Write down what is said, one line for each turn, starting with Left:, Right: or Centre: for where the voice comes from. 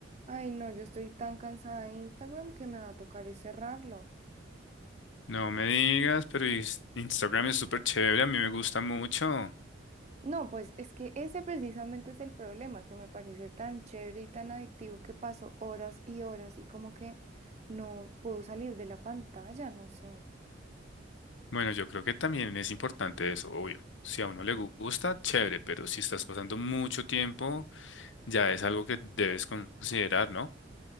Right: Ay, no, yo estoy tan cansada de Instagram que me va a tocar es cerrarlo.
Left: No me digas, pero is- Instagram es súper chévere, a mí me gusta mucho.
Right: No, pues es que ese precisamente es el problema, que me parece tan chévere y tan adictivo que paso horas y horas y como que no puedo salir de la pantalla, no sé.
Left: Bueno, yo creo que también es importante eso, obvio. Si a uno le gu- gusta, chévere, pero si estás pasando mucho tiempo, ya es algo que debes considerar, ¿no?